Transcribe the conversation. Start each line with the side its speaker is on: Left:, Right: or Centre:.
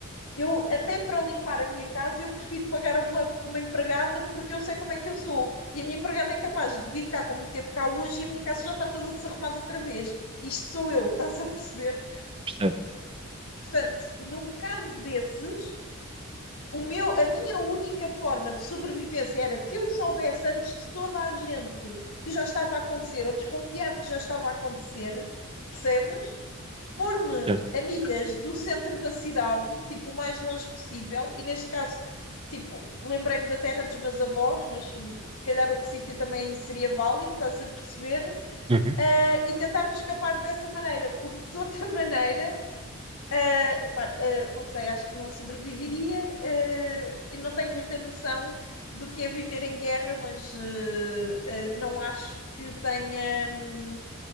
Left: eu até para limpar a minha casa eu prefiro pagar a uma, uma empregada porque eu sei como é que eu sou. E a minha empregada é capaz de vir cá como teve cá hoje e a minha casa já está toda desarrumada outra vez. Isto sou eu, estás a perceber?
Right: Percebo,
Left: Portanto, num caso desses, o meu, a minha única forma de sobrevivência era se eu soubesse antes de toda a gente que já estava a acontecer, ou desconfiar que já estava a acontecer, percebes? Pôr-me
Right: certo.
Left: a milhas do centro da cidade, tipo, o mais longe possível, e neste caso, tipo, lembrei-me da terra dos meus avós, mas se calhar outro sítio também seria válido, estás a perceber?
Right: Uhum.
Left: Uh, e tentar-me escapar dessa maneira, porque de outra <laughs> maneira ah, epá, ah, não sei, acho que não sobreviveria. ah, e não tenho muita noção do que é viver em guerra, mas ah, ah, não acho que tenha hum,